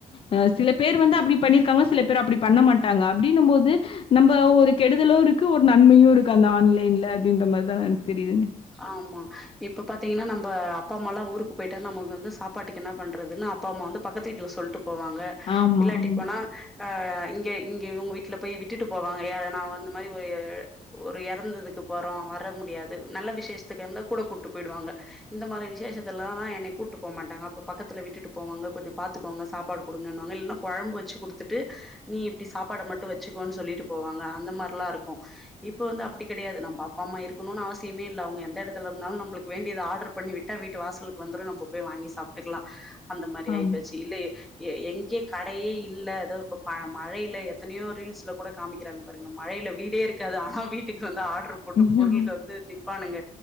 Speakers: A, on the left; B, in the centre.
A: அ சில பேர் வந்து அப்படி பண்ணியிருக்காங்க சில பேர் அப்படி பண்ண மாட்டாங்க அப்படின்னும் போது நம்ம ஒரு கெடுதலு இருக்கு ஒரு நன்மையு இருக்கு அந்த ஆன்லைன்ல அப்டின்ற மாரிதா எனக்கு தெரியுதுங்க
B: ஆமா இப்ப பாத்தீங்கன்னா நம்ப அப்பா அம்மாலா ஊருக்கு போயிட்டா நமக்கு வந்து சாப்பாட்டுக்கு என்ன பண்றதுன்னு அப்ப அம்மா வந்து பக்கத்து வீட்ல சொல்லிட்டு போவாங்க
A: ஆமா,
B: இல்லாட்டிப்போனா
A: ஆமா,
B: ஆ இங்க இங்க உங்க வீட்ல போய் விட்டுட்டு போவாங்க யார நா வந்த மாதிரி ஒரு ஒரு எறந்ததுக்கு போறோ வர முடியாது நல்ல விசேஷத்துக்கு இருந்தா கூட கூட்டு போயிடுவாங்க இந்த மாதிரி விசேஷத்தல்லானா என்னை கூப்ட்டு போ மாட்டாங்க அப்ப பக்கத்துல விட்டுட்டு போவாங்க கொஞ்சோ பாத்துக்கோங்க சாப்பாடு குடுங்கநோன்ன இவுங்க கொழம்பு வச்சு குடுத்துட்டு நீ இப்படி சாப்பாட மட்டு வச்சுக்கோன்னு சொல்லிட்டு போவாங்க அந்த மாரில்லா இருக்கு இப்போ வந்து அப்படி கெடையாது நம்ப அப்பா அம்மா இருக்கணுன்னு அவஸ் சியமே இல்ல அவங்க எந்த எடத்துலருந்தாலு நம்மளுக்கு வேண்டியத ஆர்டர் பண்ணி விட்டா வீட்டு வாசலுக்கு வந்துரு நம்ம போய் வாங்கி சாப்ட்டுக்கலா அந்த மாரி
A: ஆமா.
B: ஆயிப்போச்சு இல்ல எ எ எங்யோ கடையே இல்ல ஏதோ இப்ப மழயில்ல எத்தனையோ ரீல்ஸ்ல கூட காமிக்கிறாங்க பாருங்க மழையில வீடே இருக்காது ஆனா வீட்டுக்கு வந்து ஆடர் போட்டு
A: ஆமா,
B: பொருளுக்கு வந்து ப்பானுங்க